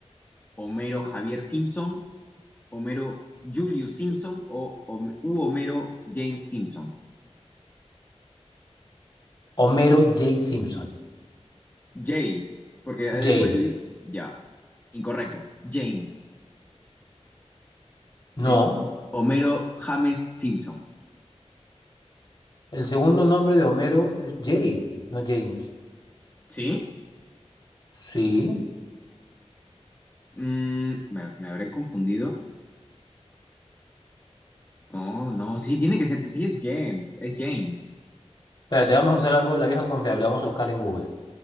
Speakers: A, on the left; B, on the left.
A: Homero Javier Simpson, Homero Julius Simpson o Hom- u Homero James Simpson?
B: Homero J. Simpson.
A: J, porque
B: Jale.
A: eh, pues, ya, incorrecto. James.
B: No.
A: Es Homero James Simpson.
B: El segundo nombre de Homero es Jay, no James.
A: ¿Sí?
B: Sí.
A: Mm, me, me habré confundido. No, no, sí, tiene que ser. Sí, es James, es James.
B: Espérate, vamos a hacer algo, la vieja confiable, vamos a buscar en Google.